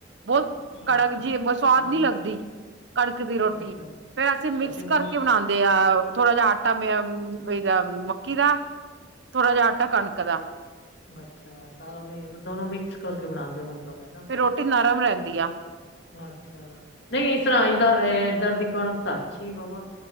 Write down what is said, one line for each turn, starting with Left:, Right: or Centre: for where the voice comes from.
Right: ਬੋਤ ਕਣਕ
Left: ਅੱਛਾ
Right: ਜੀ ਮੋਏ ਸਵਾਦ
Left: ਨਾਲ
Right: ਨੀ
Left: ਮਤਲਬ
Right: ਲੱਗਦੀ ਕਣਕ ਦੀ ਰੋਟੀ,
Left: ਅੱਛਾ
Right: ਫੇਰ ਅਸੀ ਮਿਕਸ
Left: ਤਾਂ ਫਿਰ
Right: ਕਰਕੇ
Left: ਮ
Right: ਬਨਾਂਦੇ ਤੇ ਆ ਥੋੜਾ ਜਾ ਆਟਾ ਮੇ <unintelligible> ਏਦਾ ਮੱਕੀ ਦਾ ਥੋੜਾ ਜਾ ਆਟਾ ਕਣਕ ਦਾ
Left: ਅੱਛਾ, ਸਾਰਾ ਮੇ ਦੋਨੋਂ ਮਿਕਸ ਕਰਕੇ ਬਣਾਂਦੇ ਓ ਮਤਲਬ ਹੈਨਾ
Right: ਫੇਰ, ਰੋਟੀ ਨਰਮ ਰਿਹੰਦੀ ਆ।
Left: ਅੱਛਾ, ਨਹੀ ਇਸ ਤਰਾ ਇਦਾ ਏਧਰ ਦੀ ਕਣਕ ਤਾ ਅੱਛੀ ਵਵਾ,